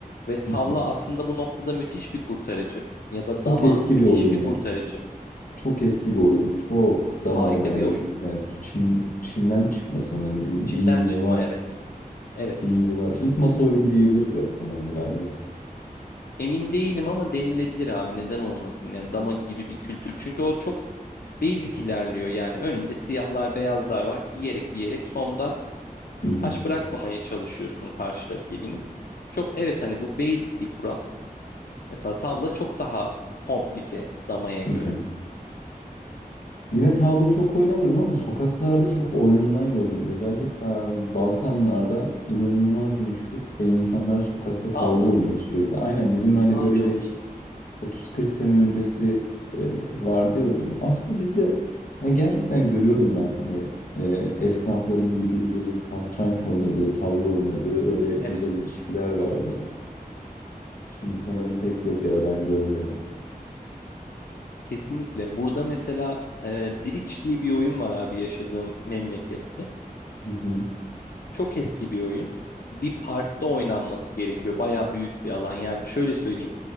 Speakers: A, on the left; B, on the left.
A: Ve tavla
B: Hı hı.
A: aslında bu noktada müthiş bir kurtarıcı. Ya da
B: Çok
A: dama
B: eski
A: müthiş
B: bir oyunu
A: bir
B: ya.
A: kurtarıcı.
B: Çok eski bir oyun. Çok. Dama
A: Harika
B: özellikle.
A: bir oyun.
B: Yani Çin, Çin'den çıkma sanırım. Bin,
A: Çin'den
B: bin yılı
A: çıkma
B: var.
A: evet. Evet.
B: Bin yılı var. İlk masa oyunu diyebiliriz ya sanırım galiba.
A: Emin değilim ama denilebilir abi neden olmasın. Yani dama gibi bir kültür. Çünkü o çok basic ilerliyor. Yani önünde siyahlar beyazlar var. Yiyerek yiyerek sonda
B: Hı hı.
A: taş bırakmamaya çalışıyorsun karşı rakibinin. Çok evet hani bu basic bir kural. Mesela tavla çok daha komplike damaya göre.
B: Hı hı. Yine tavla çok oynamadım ama sokaklarda çok oynanılan gördüm. Özellikle abi Balkanlarda inanılmaz meşhur ve insanlar sokakta
A: Tavla
B: tavla oynuyor
A: mı?
B: sürekli. Aynen bizim hani
A: Aa
B: böyle
A: çok
B: bir
A: iyi.
B: 30-40 sene öncesi e, vardı ya o durum. Aslında bizde ya gerçekten görüyordum ben hani e, esnafların birbirleri satranç oynadığı, tavla oynadığı öyle güzel
A: Evet
B: ilişkiler vardı. Şimdi sanırım pek yok ya da ben görmüyorum.
A: kesinlikle. Burada mesela e, Bridge diye bir oyun var abi yaşadığım memlekette.
B: Hı hı.
A: Çok eski bir oyun. Bir parkta oynanması gerekiyor. Baya büyük bir alan. Yani şöyle söyleyeyim.